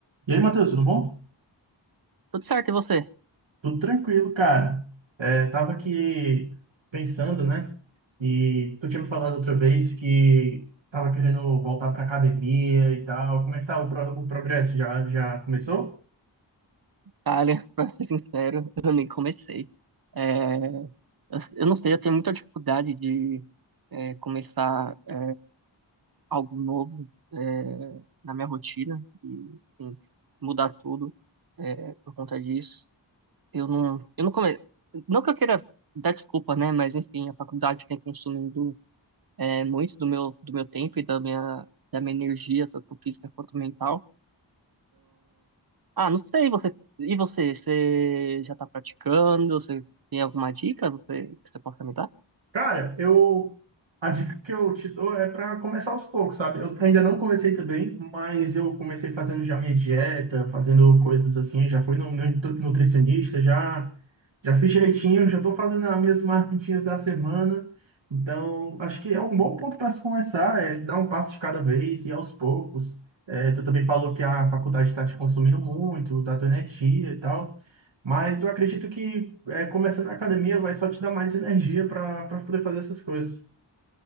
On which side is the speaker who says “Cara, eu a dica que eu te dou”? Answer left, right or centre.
Right